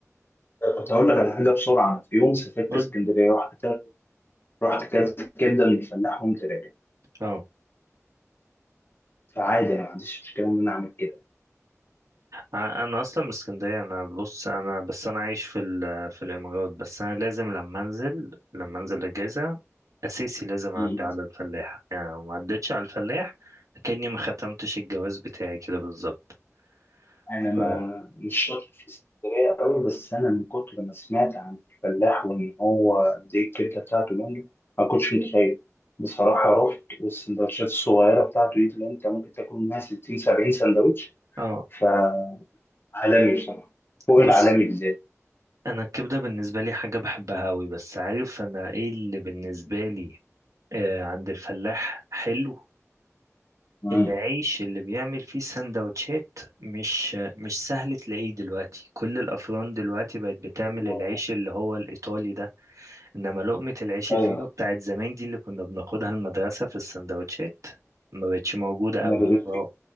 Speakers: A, on the left; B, on the right.
A: كنت أقول لك على حاجة بسرعة في يوم سافرت
B: قلت
A: اسكندرية رحت رحت اكلت الكبده اللي الفلاح وقمت راجع
B: اه
A: فعادي انا ما عنديش مشكله ان انا اعمل كده
B: ع- انا اصلا من اسكندريه انا بص انا بس انا عايش في ال- في الامارات بس انا لازم لما انزل لما انزل اجازه اساسي لازم اعدي
A: مم.
B: على الفلاح يعني لو ما عدتش على الفلاح كاني ما ختمتش الجواز بتاعي كده بالظبط
A: انا
B: ف
A: ما مش شاطر في السفرية قوي بس انا من كتر ما سمعت عن الفلاح وان هو دي الكبده بتاعته جامده ما كنتش متخيل بصراحه رحت والسندوتشات الصغيره بتاعته دي اللي انت ممكن تاكل منها 60 70 سندوتش
B: اه
A: فعالمي بصراحه فوق
B: بص
A: العالمي بالذات
B: انا الكبده بالنسبه لي حاجه بحبها قوي بس عارف انا ايه اللي بالنسبه لي آه عند الفلاح حلو
A: مم.
B: العيش اللي بيعمل فيه سندوتشات مش مش سهل تلاقيه دلوقتي كل الافران دلوقتي بقت بتعمل
A: و-
B: العيش اللي هو الايطالي ده انما لقمه العيش الفينو
A: ايوه
B: بتاعت زمان دي اللي كنا بناخدها المدرسه في السندوتشات ما بقتش موجوده قوي
A: انا بدأت
B: أه،
A: فيه